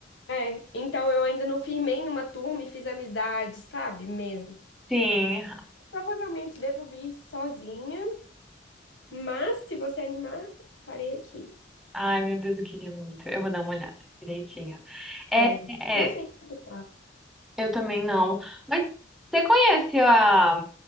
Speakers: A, on the left (about 75°); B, in the centre.
A: É, então eu ainda não firmei em uma turma e fiz amizade, sabe? Mesmo.
B: Sim.
A: Provavelmente devo vir sozinha, mas se você animar, estarei aqui.
B: Ai, meu Deus, eu queria muito. Eu vou dar uma olhada direitinho. É,
A: Olha, não sei
B: é,
A: como tá.
B: eu também não. Mas você conhece a,